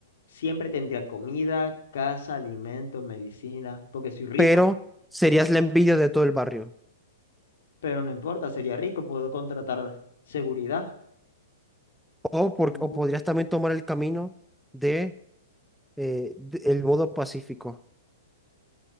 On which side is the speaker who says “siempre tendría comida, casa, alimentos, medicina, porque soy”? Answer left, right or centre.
Left